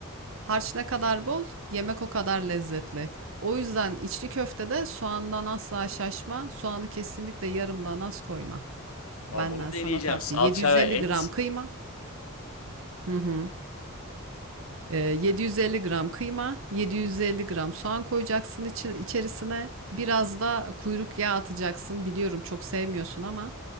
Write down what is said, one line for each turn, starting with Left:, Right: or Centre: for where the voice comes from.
Right: harç ne kadar bol yemek o kadar lezzetli. O yüzden içli köftede soğandan asla şaşma. Soğanı kesinlikle yarımdan az koyma.
Left: Ama
Right: Benden
Left: bunu
Right: sana
Left: deneyeceğim.
Right: tavsiye.
Left: Salça
Right: 750
Left: ve et.
Right: gram kıyma. Hı hı. Ee, 750 gram kıyma, 750 gram soğan koyacaksın içi- içerisine. Biraz da kuyruk yağı atacaksın. Biliyorum çok sevmiyorsun ama